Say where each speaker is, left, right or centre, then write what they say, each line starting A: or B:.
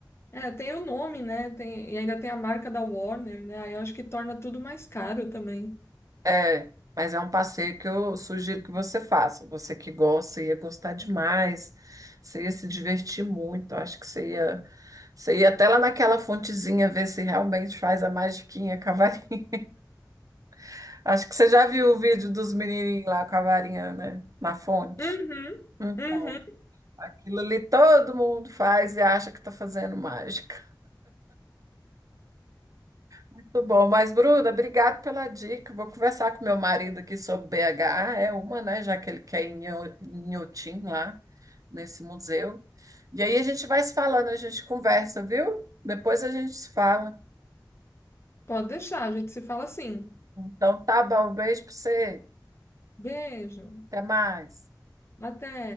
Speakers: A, on the left; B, on the right.
A: É, tem o nome, né? Tem, e ainda tem a marca da Warner, né? Aí eu acho que torna tudo mais caro também.
B: É, mas é um passeio que eu sugiro que você faça. Você que gosta, ia gostar demais. Você ia se divertir muito. Acho que você ia, você ia até lá naquela fontezinha ver se realmente faz a magiquinha com a varinha. <laughs> Acho que você já viu o vídeo dos menininhos lá com a varinha, né? Na fonte.
A: Uhum,
B: Então,
A: uhum.
B: aquilo ali todo mundo faz e acha que está fazendo mágica. Muito bom, mas Bruna, obrigado pela dica. Vou conversar com meu marido aqui sobre BH, é uma, né, já que ele quer ir em Nho- em Inhotim lá, nesse museu. E aí a gente vai se falando, a gente conversa, viu? Depois a gente se fala.
A: Pode deixar, a gente se fala assim.
B: Então tá bom, um beijo para você.
A: Beijo.
B: Até mais.
A: Até.